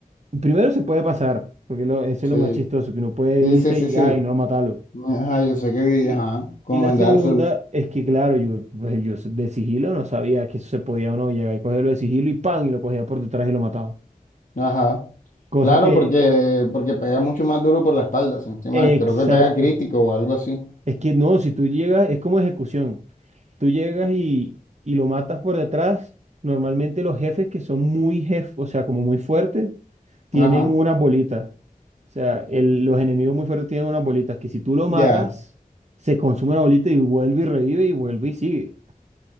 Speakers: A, on the right; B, on the left.
A: Primero se puede pasar, porque lo- eso
B: Sí.
A: es lo más chistoso, que uno puede
B: Sí,
A: irse
B: sí, sí,
A: y
B: sí.
A: ya, y no matarlo.
B: Ajá, yo sé que vi,
A: Y,
B: ajá. Como
A: y la
B: en
A: segunda
B: Dark Souls.
A: es que, claro, yo, pues, yo de sigilo no sabía que eso se podía uno llegar y cogerlo de sigilo y ¡pam! y lo cogía por detrás y lo mataba.
B: Ajá.
A: Cosa
B: Claro,
A: que,
B: porque, porque pega mucho más duro por la espalda, si no estoy
A: exacto.
B: mal. Creo que pega crítico o algo así.
A: Es que no, si tú llegas, es como ejecución. Tú llegas y, y lo matas por detrás. Normalmente los jefes que son muy jefes, o sea, como muy fuertes, tienen
B: Ajá.
A: unas bolitas. O sea, el- los enemigos muy fuertes tienen unas bolitas que si tú lo
B: Ya.
A: matas, se consume una bolita y vuelve y revive y vuelve y sigue.